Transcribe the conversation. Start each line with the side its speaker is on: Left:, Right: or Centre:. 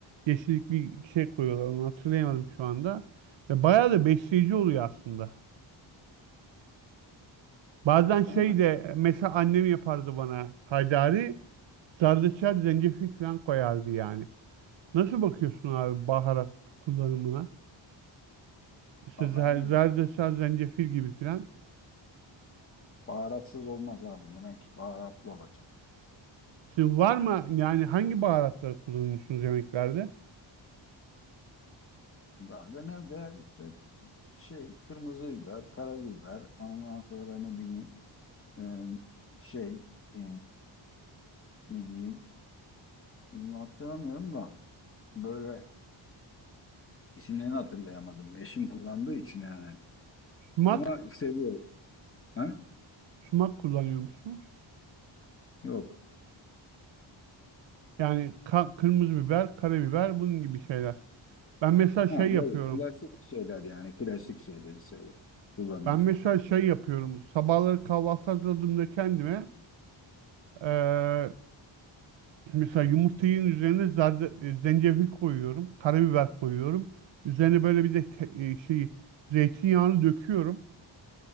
Right: yeşillik bir şey koyuyorlar. Onu hatırlayamadım şu anda. Ve bayağı da besleyici oluyor aslında. Bazen
Left: Aynen.
Right: şey de mesela annem yapardı bana haydari zerdeçal zencefil falan koyardı yani. Nasıl bakıyorsun abi baharat kullanımına? İşte
Left: Allah
Right: zer-
Left: iyi
Right: zerdeçal
Left: bakalım.
Right: zencefil gibi falan.
Left: Baharatsız olmaz abi. Yemek baharatlı olacak.
Right: Sizin var mı yani hangi baharatları kullanıyorsunuz yemeklerde?
Left: Ya genelde işte şey kırmızı biber, karabiber, ondan sonra ne bileyim e, şey e, ne diyeyim bunu hatırlamıyorum da böyle isimlerini hatırlayamadım. Eşim kullandığı için yani.
Right: Sumak,
Left: Ama seviyorum. Ha?
Right: sumak kullanıyor musunuz?
Left: Yok.
Right: Yani ka- kırmızı biber, karabiber bunun gibi şeyler. Ben mesela şey
Left: Ha,
Right: yapıyorum.
Left: böyle klasik şeyler yani klasik şeyleri seviyorum. Kullanıyoruz.
Right: Ben mesela şey yapıyorum. Sabahları kahvaltı hazırladığımda kendime eee, Mesela yumurtanın üzerine zarda, e, zencefil koyuyorum, karabiber koyuyorum. Üzerine böyle bir de te- e, şey zeytinyağını döküyorum